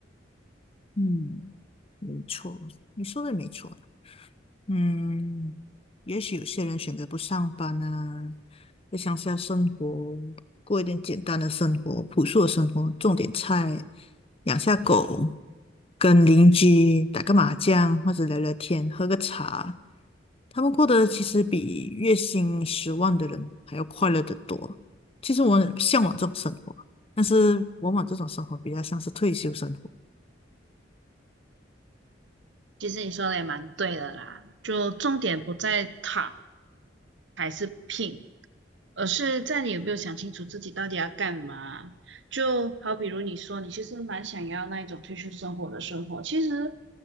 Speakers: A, on the left (about 30°); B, on the right (about 75°).
A: 嗯，没错，你说的没错。嗯，也许有些人选择不上班啊，在乡下生活，过一点简单的生活，朴素的生活，种点菜，养下狗，跟邻居打个麻将，或者聊聊天，喝个茶。他们过得其实比月薪十万的人还要快乐得多。其实我很向往这种生活，但是往往这种生活比较像是退休生活。
B: 其实你说的也蛮对的啦，就重点不在躺还是拼，而是在你有没有想清楚自己到底要干嘛？就好比如你说你其实蛮想要那一种退休生活的生活，其实